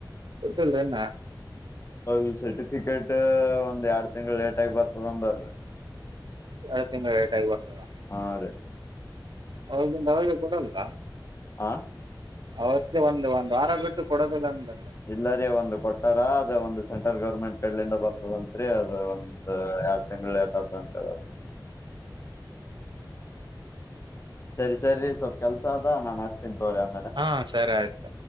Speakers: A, on the right; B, on the left.
A: ದ್ದಲ್ರ ನ್ನ <unintelligible>
B: ಹೌದು ಸರ್ಟಿಫಿಕೇಟ್ ಒಂದ್ ಎರಡ್ ತಿಂಗಳು ಲೇಟ್ ಆಗಿ ಬರ್ತದ ಅಂದ್ರ
A: ಎರಡು ತಿಂಗಳ ಲೇಟಾಗಿ ಬರ್ತದ
B: ಹಾ ರೀ
A: ಅವಗ ಅವಿಗೆ ಕೊಡಲ್ಲ
B: ಹ
A: ಅವತ್ತ ಒಂದು ಒಂದು ವಾರ ಬಿಟ್ಟ ಕೊಡೋದಲ್ಲ ಅಂದ
B: ಇಲ್ಲರಿ ಒಂದು ಕೊಟ್ಟಾರ ಅದ ಒಂದು ಸೆಂಟ್ರಲ್ ಗೌರ್ಮೆಂಟ್ ಲಿಂದ ಬರ್ತ ಬಂತತ್ರಿ ಅದ ಒಂದು ಎರಡು ತಿಂಗಳ ಲೇಟಾಯ್ತು ಅಂತ ಎಳೆಯರು ಸರಿ ಸರಿ ಸ್ವಲ್ಪ್ ಕೆಲ್ಸ ಅದ ನಾನ್ ಆಚ್ತೀನ ತವ್ರಿ ಆಮೇಲೆ <unintelligible>
A: ಹಾ ಸರಿ ಆಯ್ತು